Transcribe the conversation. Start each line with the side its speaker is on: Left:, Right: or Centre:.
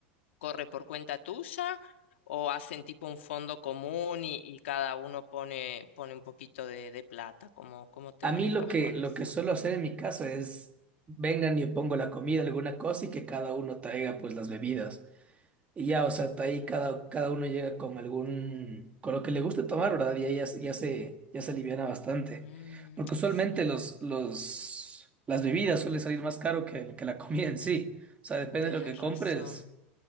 Left: ¿corre por cuenta tuya? ¿O hacen tipo un fondo común y, y cada uno pone, pone un poquito de, de plata? ¿Cómo, cómo te
Right: A
Left: manejas
Right: mí lo que,
Left: con
Right: lo
Left: eso?
Right: que suelo hacer en mi casa es, vengan y yo pongo la comida, alguna cosa y que cada uno traiga pues las bebidas. Y ya, o sea, está ahí cada, cada uno llega con algún, con lo que le guste tomar, ¿verdad? Y ahí ya, ya se, ya se aliviana bastante.
Left: Mm,
Right: Porque usualmente
Left: sí,
Right: los, los, las bebidas suele salir más caro que, que la comida en sí. O sea, depende
Left: tenés
Right: de lo que compres.
Left: razón.